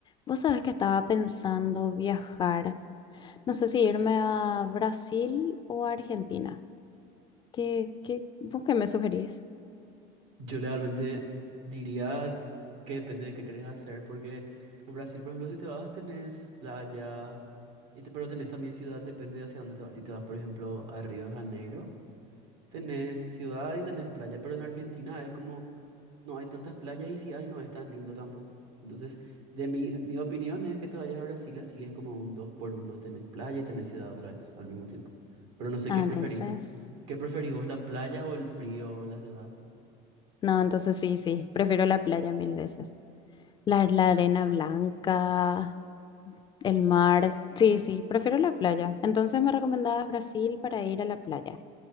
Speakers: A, on the left; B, on the right.
A: Vos sabés que estaba pensando viajar, no sé si irme a Brasil o a Argentina. ¿Qué, qué, vos qué me sugerís?
B: Yo realmente diría que depende de qué querés hacer, porque en Brasil, por ejemplo, si te vas, tenés playa, y te- pero tenés también ciudad, depende de hacia dónde te vas. Si te vas, por ejemplo, a Río de Janeiro, tenés ciudad y tenés playa, pero en Argentina es como, no hay tantas playas y si hay, no es tan lindo tampoco. Entonces, de mi, mi opinión es que te vayas a Brasil, así es como un dos por uno, tenés playa y tenés ciudad otra vez al mismo tiempo. Pero no sé
A: Ah,
B: qué preferís.
A: entonces,
B: ¿Qué preferís vos, la playa o el frío o la ciudad?
A: no, entonces sí, sí, prefiero la playa mil veces. La, la arena blanca, el mar, sí, sí, prefiero la playa. Entonces me recomendabas Brasil para ir a la playa.